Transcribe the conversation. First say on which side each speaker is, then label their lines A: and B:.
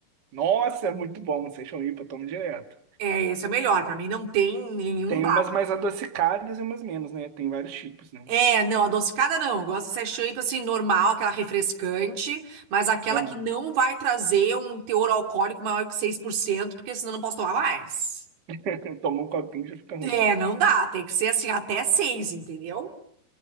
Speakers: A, on the right; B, on the right.
A: nossa, é muito bom. Vocês são IPA, tomo direto.
B: É, esse é o melhor. Pra mim, não tem nenhum
A: Tem umas mais adocicadas e umas menos, né? Tem vários tipos, né?
B: É, não, adocicada não. Eu Gosto dessa champanhe, tipo assim, normal, aquela refrescante, mas aquela
A: Ah,
B: que não vai trazer um teor alcoólico maior que 6%, porque senão eu não posso tomar mais.
A: <laughs> eu um copinho e já fica ruim.
B: É, não dá. Tem que ser assim, até 6, entendeu?